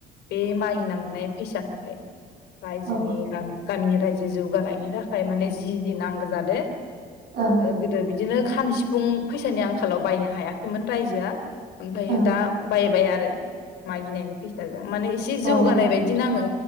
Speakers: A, on the left; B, on the right.
A: बे मागिना मोननाय फैसा खौहाय रायजोनि
B: अ
A: गा गामिनि रायजो जौगानायनि थाखाय माने जि जि नांगौ जादो।
B: अ
A: ओ गोदो बिदिनो। खाम सिफुं फैसानि आंखालाव बायनो हायाखैमोन रायजोआ ओमफ्रायो
B: अ ओं
A: दा बायबाय आ आरो मागिनायनि फैसा माने एसे जौगानाय
B: ओं
A: बायदिनो आङो